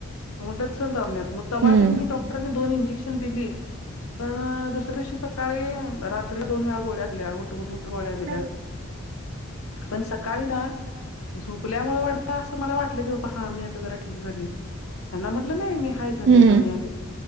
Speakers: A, on the left; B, on the right.
A: मदत चल दवाखान्यात तेव्हा
B: हम्म
A: त्यांनी डॉक्टरांनी दोन इंजेक्शन दिली. अं, दुसऱ्या दिवशी सकाळी रात्री दोन वेळा गोळ्या दिल्या उठवुन उठ गोळ्या दिल्या.
B: <inaudible>
A: पण सकाळी ना झोपल्यामुळे वाटतं असं मला वाटलं की बाबा हा मी आता जरा ठीक झालीय. त्यांना म्हटलं नाही मी काय झालंय
B: हम्म
A: कमी आले.